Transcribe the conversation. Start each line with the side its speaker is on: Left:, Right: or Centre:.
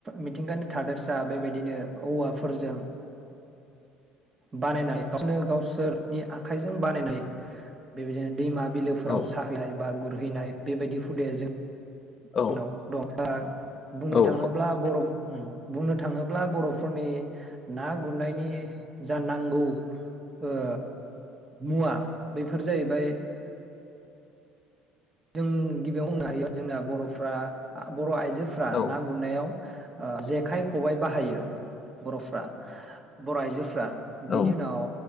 Right: मिथिंगानि थादेरसा बेबायदिनो औवाफोरजों बानायनानै गावनो गावसोरनि आ खाइजों बानायनाय बेबायदिनो दैमा बिलोफोराव
Left: औ
Right: साहैनाय बा गुरहैनाय बेबायदि हुदाया जों
Left: औ
Right: जाउनाव दं दा बुंनो
Left: औ
Right: थाङोब्ला
Left: औ
Right: बर' उम बुंनो थाङोब्ला बर'फोरनि ना गुरनायनि जा नांगौ ओ मुवा बेफोर जाहैबाय जों गिबियाव बुंनो हायो जोंना बर'फ्रा बर' आइ जोफ्रा
Left: औ
Right: ना गुरनायाव ओ जेखाइ खबाइ बाहायो बर'फ्रा बर' आइजोफ्रा बिनि
Left: औ
Right: उनाव